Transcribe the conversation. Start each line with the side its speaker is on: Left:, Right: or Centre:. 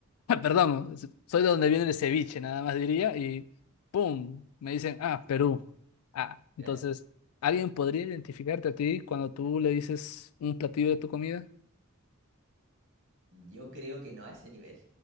Left: <laughs> Ah, Perdón, s- soy de donde viene el ceviche, nada más diría, y ¡pum! Me dicen, ah, Perú. Ah,
Right: claro.
Left: entonces, ¿alguien podría identificarte a ti cuando tú le dices un platillo de tu comida?
Right: Yo creo que no a ese nivel.